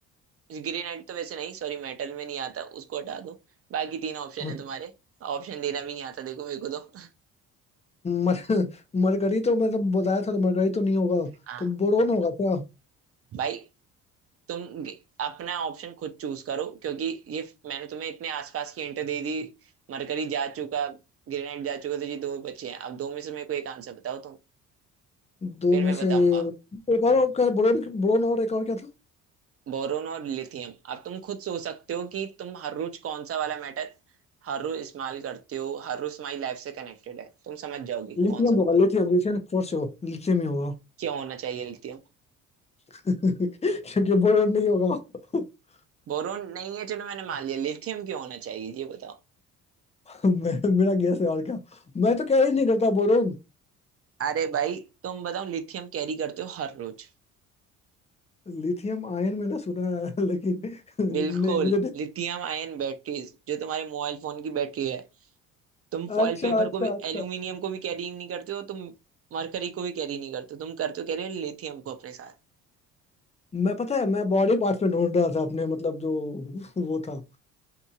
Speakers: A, on the right; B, on the left.
A: ग्रेनाइट तो वैसे नहीं सॉरी मेटल में नहीं आता उसको हटा दो बाकी तीन ऑप्शन
B: और-
A: है तुम्हारे ऑप्शन देना भी नहीं आता देखो मेरे को तो
B: मर <laughs> मरकरी तो मतलब बताया था तो मरकरी तो नहीं होगा
A: हाँ
B: तो बोरोन होगा क्या
A: भाई तुम गे- अपना ऑप्शन खुद चूज करो क्योंकि ये फ- मैंने तुम्हें इतने आसपास की हिंट दे दी मरकरी जा चुका ग्रेनाइट जा चुका तो ये दो बचे हैं अब दो में से मेरे को एक आंसर बताओ तुम
B: दो
A: फिर
B: में
A: मैं
B: से
A: बताऊंगा
B: एक और क्या बोरोन बोरोन और एक और क्या था
A: बोरोन और लिथियम अब तुम खुद सोच सकते हो कि तुम हर रोज कौन सा वाला मेटल हर रोज इस्तेमाल करते हो हर रोज तुम्हारी लाइफ से कनेक्टेड है तुम समझ जाओगे
B: लिथियम
A: कौन सा होगा
B: होगा लिथियम लिथियम फोर से हो लिथियम ही होगा
A: क्यों होना चाहिए लिथियम
B: <laughs> क्योंकि बोरोन नहीं होगा <laughs>
A: बोरोन नहीं है चलो मैंने मान लिया लिथियम क्यों होना चाहिए ये बताओ
B: मे, मेरा गैस है और क्या मैं तो कैरी नहीं करता बोरोन
A: अरे भाई तुम बताओ लिथियम कैरी करते हो हर रोज
B: लिथियम आयन मैंने सुना है <laughs> लेकिन नहीं,
A: बिल्कुल
B: मुझे नहीं-
A: लिथियम आयन बैटरीज जो तुम्हारे मोबाइल फोन की बैटरी है तुम फॉइल
B: अच्छा
A: पेपर
B: अच्छा
A: को भी
B: अच्छा
A: एल्यूमिनियम को भी कैरी नहीं करते हो तुम मरकरी को भी कैरी नहीं करते हो तुम करते हो कैरी लिथियम को अपने साथ
B: मैं पता है मैं बॉडी पार्ट्स में ढूंढ रहा था अपने मतलब जो वो था